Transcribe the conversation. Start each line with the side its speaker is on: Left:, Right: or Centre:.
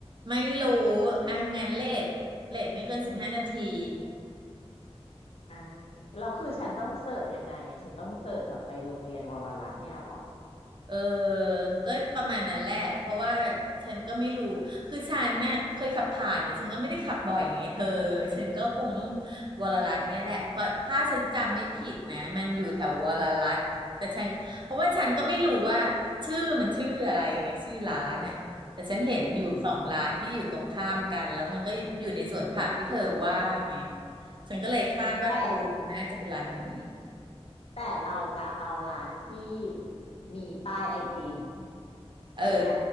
Right: ไม่รู้อ่ะงั้นเลทเลทไม่เกินสิบห้านาที
Left: อ่ะเราคือฉันต้องเสิร์ชยังไงอะฉันต้องเสิร์ชแบบไปโรงเรียนวรรัตน์เนี่ยเหรอ
Right: เออก็ประมาณนั้นแหละเพราะว่าฉันก็ไม่รู้ คือฉันน่ะเคยขับผ่านแต่ฉันก็ไม่ได้ขับบ่อยไงเธอ ฉันก็คงต้องวรรัตน์เนี่ยแหละเพราะถ้าฉันจำไม่ผิดนะมันอยู่แถววรรัตน์แต่ฉันเพราะว่าฉันก็ไม่รู้ว่าชื่อมันชื่ออะไรไงชื่อร้านน่ะแต่ฉันเห็นอยู่สองร้านที่อยู่ตรงข้ามกันแล้วมันก็อยู่ในสวนผักที่เธอว่าไง
Left: อืม
Right: ฉันก็เลยคาดว่าเออน่าจะเป็นร้านนี้
Left: แต่แต่เราจะเอาร้านที่มีป้ายไอติม
Right: เออ
Left: ถูกไหม